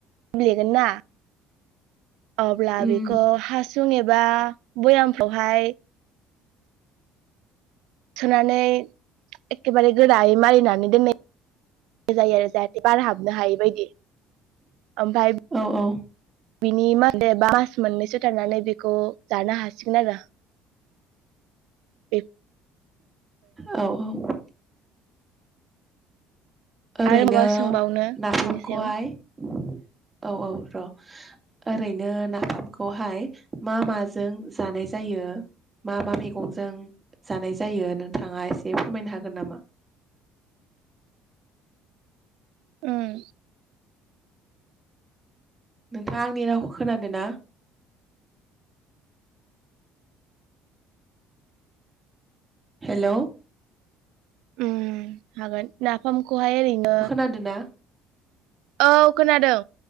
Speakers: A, on the right (about 75°); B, on the right (about 20°).
A: गेलेगोन ना अब्ला
B: उम
A: बेखौ हासुं एबा बयामफ्रावहाय थुनानै एखेबारे गोरायै मारिनानै दोननाय जायो आरो जाहाथे बार हाबनो हायै बायदि ओमफ्राय
B: औ औ
A: बिनि <unintelligible> मास मोननैसो थानानै बेखौ जानो हासिगोन आरो बेब
B: औ औ ओरैनो
A: आरो माबा सोंबावनो
B: नाफामखौहाय
A: बिनि सायाव
B: औ औ र' ओरैनो नाफामखौहाय मा माजों जानाय जायो मा मा मैगंजों जानाय जायो नोंथाङा एसे फोरमायनो हागोन नामा
A: उम
B: नोंथाङा आंनि रावखौ खोनादों ना हेलौ
A: ओम हागोन नाफामखौहाय ओरैनो
B: खोनादोना
A: औ खोनादों